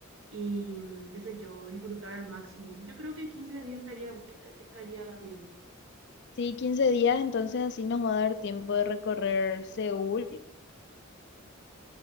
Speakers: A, on the right; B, on the left.
A: y, mm, qué sé yo, disfrutar al máximo. Yo creo que 15 días estaría, esta- estaría bien.
B: Sí, 15 días, entonces así nos va a dar tiempo de recorrer Seúl,